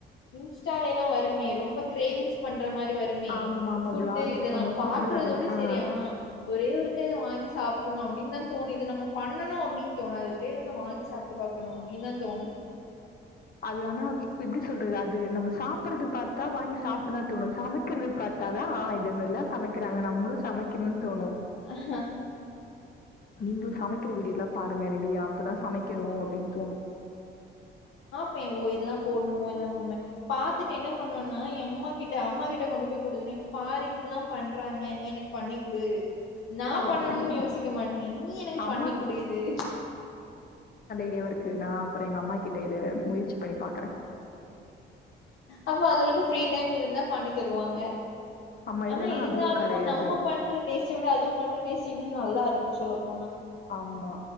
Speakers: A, on the left; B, on the left.
A: இன்ஸ்டாலைலா வருமே ரொம்ப கிரேவிங்ஸ் பண் ற மாரி வருமே
B: ஆமாமா.
A: ஃபுட்டு
B: விளாகர்ஸ்
A: இதெல்லா
B: பண்ணும். Food
A: பாக்குறதோட
B: vloggers. ஆ.
A: சேரி ஆனா ஒரே ஒரு வாங்கி சாப்புன்னு அப்டின் தா தோனு இது நம்ம பண்ணனு அப்டின் தோனாது ஒ ரே ஒருக்க வாங்கி சாப்ட்டு பாக்கணு அப்டின தா தோனு
B: அது ஆனா எப்டி சொல் றது அது நம்ம சாப்புறது பாத் தா‌ வாங்கி சாப்புல்லா தோனு சமக்கிறது பாத்தா தா இ து மார்லா சமக்கிறாங்க நம்ளு சமை க்கினுன் தோனு
A: ஹ
B: நீங்ளு சமைக்கிற வீடியோலா பாருங்க ரெடியா அப்பதா சமைக்கனு அப்டின் தோனு
A: ப்பே ஓ இதலா போட்னுமோ இதல்லா போனுமோ பாத்துட்டு என்ன பண்ணுவென்னா எ அம்மா கிட்ட அம்மா கிட்ட கொண்டு போய் குடுத்துருவே இங் பாரு இப்பில்லா பண்றாங்க நீ எனக்கு பண்ணிகுடு நா
B: ஓ!
A: பண்ணனுன்
B: அப்படி.
A: யோசிக்க மாட்டே நீ எனக்கு
B: அம்மா
A: பண்ணி குடு இது
B: டியாவாருக்கு நா அப்ற எங்க அம்மா கிட்ட இத முயற்சி பண்ணி பாக்குறே
A: அப்ப அதுவரைக்கு ஃப்ரீ டைம் இருந்தா பண்ணி தருவாங்க
B: ஆமா,
A: ஆனா
B: இல்லன்னா
A: இருந்தாலு
B: அதுவும் கெடையாது.
A: நம்ம பண்ற டேஸ்ட்ட விட அது பண்ற டேஸ்ட் இன்னு நல்லாருக்கு சொல்ல போனா
B: ஆமா